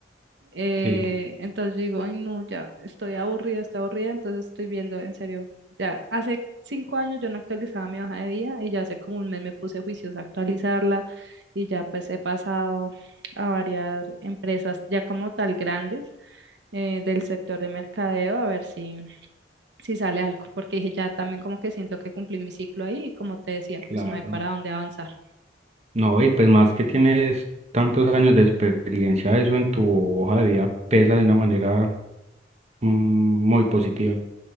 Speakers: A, on the right; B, on the right.
A: eh,
B: sí,
A: entonces yo digo, ay, no, ya estoy aburrida, estoy aburrida, entonces estoy viendo, en serio, ya hace cinco años yo no actualizaba mi hoja de vida y ya hace como un mes me puse juiciosa a actualizarla y ya pues he pasado a varias empresas ya como tal grandes eh, del sector de mercadeo a ver si, si sale algo, porque dije, ya también como que siento que cumplí mi ciclo ahí y como te decía,
B: claro.
A: pues no hay para dónde avanzar.
B: No, y pues más que tienes tantos años de experiencia, eso en tu hoja de vida pesa de una manera mm, muy positiva.